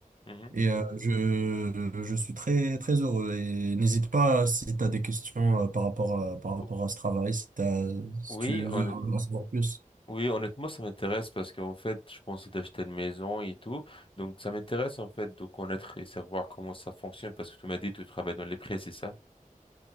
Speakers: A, on the left; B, on the right.
A: mhm.
B: Et euh, je, je suis très, très heureux. Et n'hésite pas si tu as des questions euh, par rapport à, par
A: O-
B: rapport à ce travail, si t'as, si
A: Oui,
B: tu
A: honnêt-
B: veux en savoir plus.
A: oui, honnêtement, ça m'intéresse parce qu'en fait, je pensais d'acheter une maison et tout. Donc, ça m'intéresse en fait de connaître et savoir comment ça fonctionne parce que tu m'as dit que tu travailles dans les prêts, c'est ça?